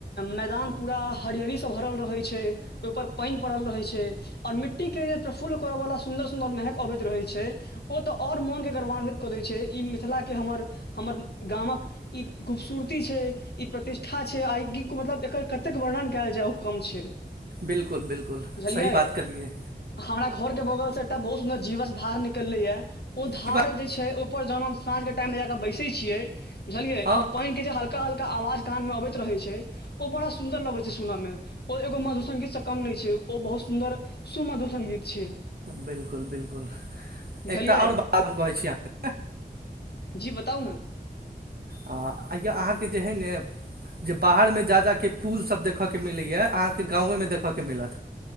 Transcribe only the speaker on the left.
मैदान पूरा हरियलीसँ भरल रहै छै ओहिपर पइन पड़ल रहै छै और मिट्टी के जे प्रफुल करऽ वला सुदर सुंदर महक अबैत रहै छै ओ तऽ ओर मोनके गौरवान्वित कऽ दै छै ई मिथिलाके हमर हमर गामक ई खूबसूरती छै ई प्रतिष्ठा छै आई मतलब एकर क तक वर्णन केल जाउ कम छै
बुझलियै
हमरा घर के बगल से बहुत सुन्दर जीवस धार निकली है ओ धार
जे छै हिपर जहन हम साँझ के टाइम में जाके बैसे छियै बुझलियै
आ ओ पडन के जे हल्का हल्का आवाज कान में अबैत रहे छै ओ बड़ा सुन्दर लगै छै सुनऽ में ओ एगो मधुर संगीत से कम नय छै ओ बहुत सुन्दर सु मधुर संगीत छै
बुझलियै
जी बताउ ने